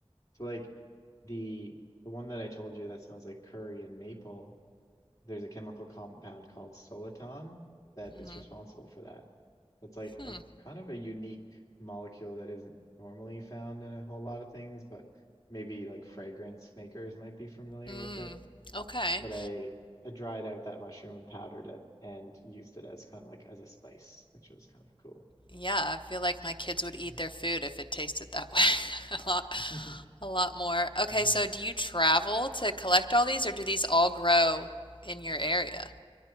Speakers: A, on the left; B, on the left.
A: So like the the one that I told you that smells like curry and maple, there's a chemical compound called soliton that
B: hmm
A: is responsible for that. That's like
B: Hmm.
A: a kind of a unique molecule that isn't normally found in a whole lot of things, but maybe like fragrance makers might be familiar
B: Mm.
A: with it.
B: Okay.
A: But I I dried out that mushroom and powdered it and used it as kind of like as a spice, which was kind of cool.
B: Yeah, I feel like my kids would eat
A: Mm.
B: their food if it tasted that way. <laughs> A lot,
A: <laughs>
B: a lot more. Okay,
A: Yeah.
B: so do you travel to collect all these, or do these all grow in your area?